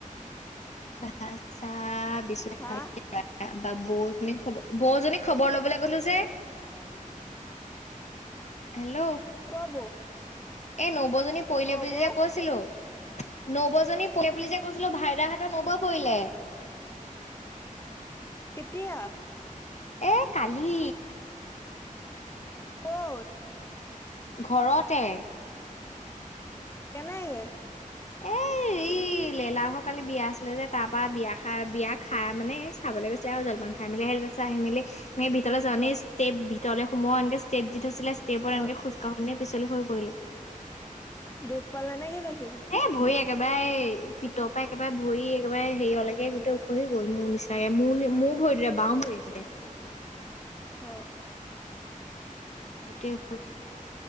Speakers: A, on the left; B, on the left.
A: ভাত চাহ বিস্কুটে
B: হা
A: খালো বা বৌজনীক খবৰ বৌজনীক খবৰ লবলৈ গলো যে। হেল্ল
B: ক বৌ
A: এ নবৌজনী পৰিলে
B: কৰ
A: বুলি
B: বৌ
A: যেতিয়া কৈছিলো নবৌজনী পৰিলে বুলি যে কৈছিলো ভাইদাহঁতৰ নবৌয়ে পৰিলে
B: কেতিয়া
A: এ কালি
B: ক'ত
A: ঘৰতে
B: কেনেকে
A: এ
B: উ
A: এই লেলা ঘৰ কালি বিয়া আছিলে যে তাৰপা বিয়া খাই বিয়া খাই মানে চাবলৈ গৈছিল চাহ জলপান খাই মেলি আহিলো যে চা আহি মেলি এনে ভিতৰ যাৱতে
B: অ
A: ষ্টেপ ভিতৰ সোমোৱা এনকে ষ্টেপ দি থৈছিলে ষ্টেপত এনেক
B: অ
A: খোজকাঢ়োনে পিছলি হৈ পৰিলে
B: দুখ পালে নে কি বেছিকে
A: এই ভৰি একেবাৰে পিতৰ পৰা একেবাৰে ভৰি একেবাৰে হেৰিয়লকে গোটেই ওখহি গ'ল মোৰ নিচিনাকে মোৰ মোৰ ভৰিটোতে বাওঁ ভৰিটোতে
B: অহ
A: গোটেই ওখহিল